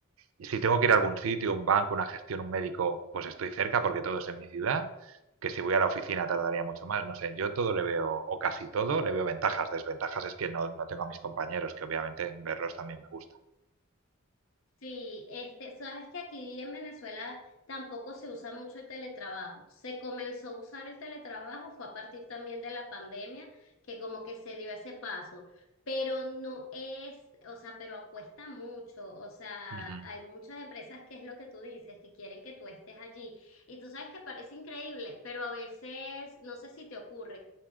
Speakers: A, on the right; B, on the left.
A: Y si tengo que ir a algún sitio, un banco, una gestión, un médico, pues estoy cerca porque todo es en mi ciudad. Que si voy a la oficina tardaría mucho más. No sé, yo todo le veo, o casi todo, le veo ventajas. Desventajas es que no, no tengo a mis compañeros, que obviamente verlos también me gusta.
B: Sí, este, sabes que aquí en Venezuela tampoco se usa mucho el teletrabajo. Se comenzó a usar el teletrabajo, fue a partir también de la pandemia, que como que se dio ese paso, pero no es, o sea, pero acuesta mucho. O sea,
A: Ujú,
B: hay muchas empresas que es lo que tú dices, que quieren que tú estés allí. Y tú sabes que parece increíble, pero a veces, no sé si te ocurre